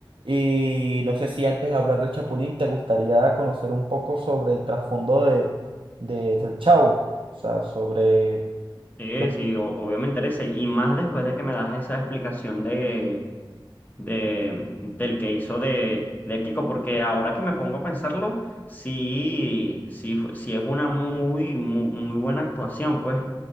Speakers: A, on the right; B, on the left.
A: Y no sé si antes de hablar del Chapulín, te gustaría conocer un poco sobre el trasfondo de, de- del Chavo, o sea, sobre
B: Sí,
A: lo-
B: sí, o- obvio me interesa y más después de que me das esa explicación de de, del que hizo de, de Kiko, porque ahora que me pongo a pensarlo, sí, sí, fue- sí es una muy, muy, muy buena actuación, pues,